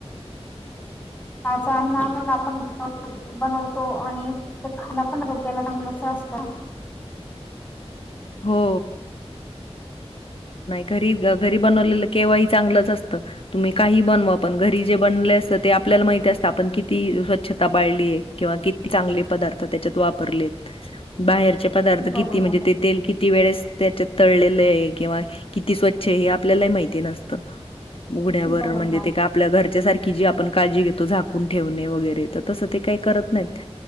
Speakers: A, on the left; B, on the left.
A: अछ आणिमण <unintelligible> बनवतो आणि ते खाला पण रोग्याला रांगलच असत
B: हो घरी घरी बनवलेलं केव्हाही चांगलंच असतं तुम्ही काही बनवा आपण घरी जे ब आपल्याला माहित असते आपण किती स्वच्छता पाळली किंवा किती चांगले पदार्थ त्याच्यात वापर बाहेरचे पदार्थ
A: बरोबर
B: किती म्हणजे ते तेल किती वेळेस त्याच्यात तळलेले आहे किंवा किती स्वच्छ आहे हे आपल्याला ही माहिती नसते आपल्या उघड्यावर
A: बरोबर
B: की जी आपण काळजी घेतो झाकून ठेवणे वगैरे तर तसं ते काही करत नाहीत